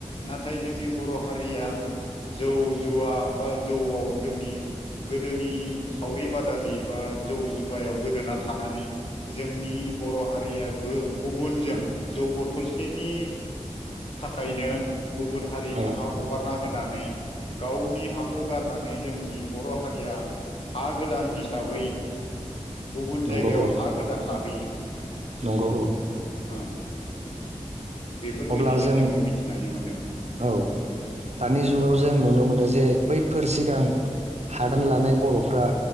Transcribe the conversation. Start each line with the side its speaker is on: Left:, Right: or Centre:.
Left: नाथाय जोंनि बर' हारिया जौ जुवा बा जौआव जोंनि गोदोनि सावरि बादालि बा जौ जुवायाव गोदोना थानानै जोंनि बर' हारिया गो गुबुनजों जौ बथलसेनि थाखायनो गुबुन हारिनो
Right: औ
Left: हा हगारना होना नै गावनि हाखौ गारनानै जोंनि बर' हारिया हा गोदान हिस हिसाबै गुबुन
Right: नंगौ
Left: जायगायाव
Right: औ
Left: हा गोदान लाहैयो।
Right: नंगौ औ
Left: ओं बेफोरबायदिनो
Right: अब्ला जों
Left: जोङो मिथिनानै मोनदों
Right: औ दानि जुगाव जों नुनो मोनो जे बैफोर सिगां हादान लानाय बर'फ्रा